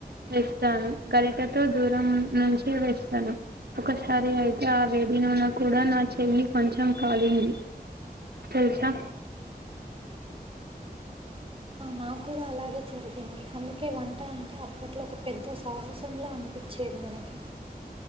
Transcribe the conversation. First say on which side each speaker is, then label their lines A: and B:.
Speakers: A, on the right; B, on the right.
A: వేస్తాను గరిటతో దూరం నుంచే వేస్తాను ఒకసారి అయితే ఆ వేడి నూనె కూడా నా చెయ్యి కొంచెం కాలింది తెలుసా
B: నా కూడా అలాగే జరిగింది అందుకే వంట అంటే అప్పటి ట్లా ఒక పెద్ద సాహసంలా అనిపించేది మనకి